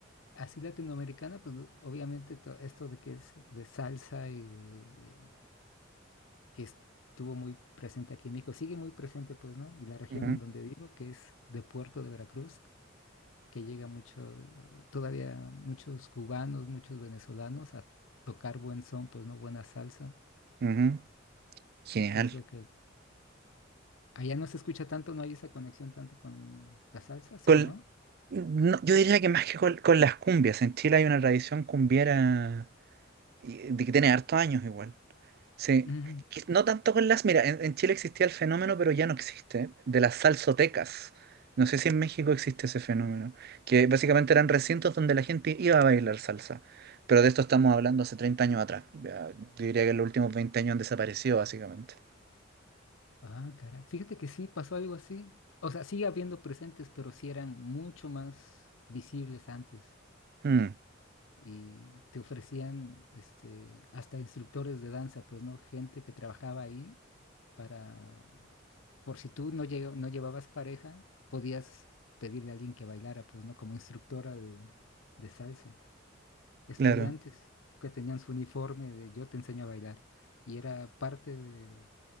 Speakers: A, on the left; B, on the right.
A: así latinoamericana, pues, obviamente to- esto de que es de salsa y de, de- que estuvo muy presente aquí en México, sigue muy presente, pues, ¿no? Y la región
B: Ujú,
A: en donde vivo, que es de Puerto de Veracruz, que llega mucho, eh, todavía muchos cubanos, muchos venezolanos a tocar buen son, pues, ¿no? Buena salsa
B: ujú, Genial.
A: ¿Y qué es lo que... Allá no se escucha tanto, no hay esa conexión tanto con la salsa, sí,
B: Con-
A: ¿no?
B: no, yo diría que más que con, con las cumbias. En Chile hay una tradición cumbiera y- eh, de que tiene hartos años igual. Sí.
A: Mm,
B: Que No tanto con las. Mira, en, en Chile existía el fenómeno, pero ya no existe, de las salsotecas. No sé si en México existe ese fenómeno, que básicamente eran recintos donde la gente iba a bailar salsa. Pero de esto estamos hablando hace 30 años atrás. Ya, yo diría que en los últimos veinte años han desaparecido, básicamente.
A: Ah, caray. Fíjate que sí, pasó algo así. O sea, sigue habiendo presentes, pero sí eran mucho más visibles antes.
B: Mm,
A: Y te ofrecían este, hasta instructores de danza, pues, ¿no? Gente que trabajaba ahí para, por si tú no, llega- no llevabas pareja, podías pedirle a alguien que bailara, pues, ¿no? Como instructora de, de salsa. estudiantes
B: claro.
A: que tenían su uniforme de yo te enseño a bailar. Y era parte de,